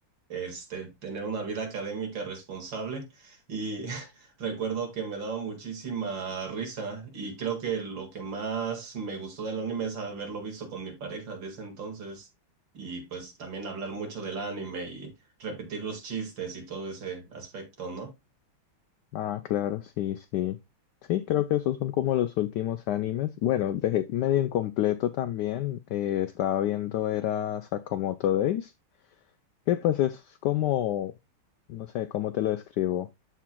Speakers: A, on the right; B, on the left.
A: este, tener una vida académica responsable y <laughs> recuerdo que me daba muchísima risa y creo que lo que más me gustó del anime es haberlo visto con mi pareja de ese entonces y pues también hablar mucho del anime y repetir los chistes y todo ese aspecto, ¿no?
B: Ah, claro, sí, sí. Sí, creo que esos son como los últimos animes. Bueno, dejé medio incompleto también. eh, estaba viendo era Sakamoto Days, que pues es como, no sé, ¿cómo te lo describo?